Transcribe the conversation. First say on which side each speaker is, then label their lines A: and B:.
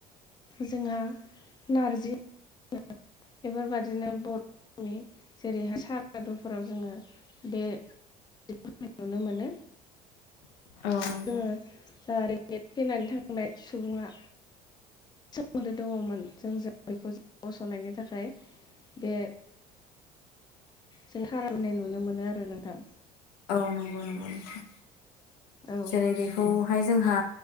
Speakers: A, on the left; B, on the left.
A: जोंहा नारजि <unintelligible> एबार बिदिनो बर'नि जेरैहाय सारादुफोराव जोङो बे ज नुनो मोनो
B: औ नंगौ
A: जोङो जा रे थैनानै थांनाय सुबुङा सोमोन्दो दङमोन जोंजों बेखौ ज गसनायनि थाखाय बे जों खारनाय नुनो मोनो आरो नोंथां
B: औ नंगौ नंगौ नोंथां
A: औ
B: जेरै बेखौहाय जोंहा